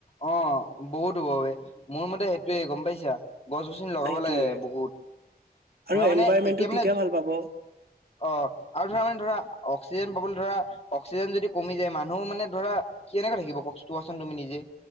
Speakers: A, on the left; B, on the right.
A: অ' বহুত হব বে। মোৰ মতে সেইটোৱে, গম পাইছা? গছ-গছনি লগাব
B: সেইটোয়ে
A: লাগে বহুত। ধৰা
B: আৰু এনভাইৰনমেন্টটো
A: মানে, এতিয়া
B: তেতিয়া
A: মানে
B: ভাল পাব
A: অ' আৰু ধৰা মানে ধৰা অক্সিজেন পাবলৈ ধৰা, অক্সিজেন যদি কমি যায়, মানুহ মানে ধৰা কেনেকে থাকিব ক- চোৱাচোন তুমি নিজে?